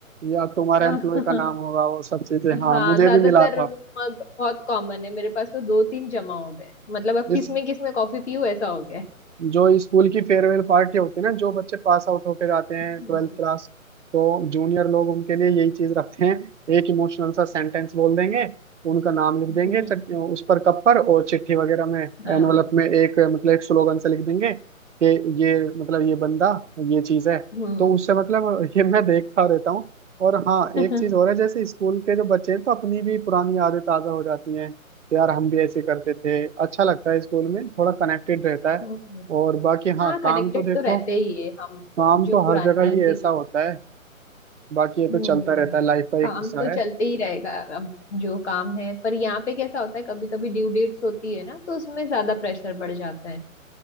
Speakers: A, on the right; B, on the left.
A: या तुम्हारे
B: <laughs>
A: एम्प्लॉय का नाम होगा वो सब चीजें
B: हाँ
A: हाँ मुझे
B: ज्यादातर
A: भी मिला था
B: मग बहुत कॉमन है मेरे पास तो दो तीन जमा हो गए मतलब अब
A: इस
B: किस में किस में कॉफी पीऊँ ऐसा हो गया है।
A: जो स्कूल की फेयरवेल पार्टी होती है ना जो बच्चे पास आउट होकर जाते हैं
B: हम्म
A: ट्वेल्थ क्लास तो जूनियर लोग उनके लिए यही चीज रखते हैं एक इमोशनल सा सेंटेंस बोल देंगे उनका नाम लिख
B: <laughs>
A: देंगे चट- उस पर कप पर और चिट्ठी वगैरह में एनवलप
B: हाँ
A: में एक मतलब एक स्लोगन से लिख देंगे कि ये मतलब ये बंदा ये चीज है
B: हम्म
A: तो उससे मतलब ये मैं देखता रहता हूँ और हाँ
B: <laughs>
A: एक चीज और है जैसे स्कूल के जो बच्चे हैं तो अपनी भी पुरानी यादें ताजा हो जाती हैं कि यार हम भी ऐसे करते थे अच्छा लगता है स्कूल में थोड़ा कनेक्टेड रहता है
B: हम्म
A: और बाकी हाँ
B: हाँ
A: काम
B: कनेक्टेड
A: तो देखो
B: तो रहते ही है हम
A: काम
B: जो
A: तो
B: पुरानी
A: हर जगह ही
B: चीजें
A: ऐसा होता है बाकी ये
B: हम्म
A: तो चलता रहता है लाइफ का
B: काम
A: एक हिस्सा
B: तो
A: है
B: चलते ही रहेगा अब जो काम है पर यहाँ पे कैसा होता है कभी कभी ड्यू डेट्स होती है ना तो उसमें ज्यादा प्रेशर बढ़ जाता है